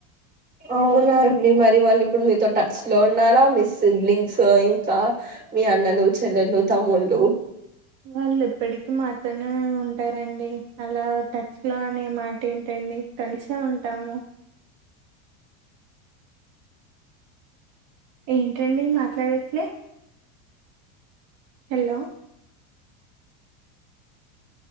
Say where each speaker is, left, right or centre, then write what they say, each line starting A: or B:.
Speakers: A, on the right; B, on the right.
A: అవునా అండి మరి వాళ్ళు ఇప్పుడు మీతో టచ్ లో ఉన్నారా మీ సిబ్లింగ్స్ ఇంకా మీ అన్నలు చెల్లెలు తమ్ముళ్ళు
B: వాళ్ళు ఎప్పటికి మాతోనే ఉంటారండి అలా టచ్ లో అనే మాట ఏంటండి కలిసే ఉంటాము ఏంటండి మాట్లాడట్లే హలో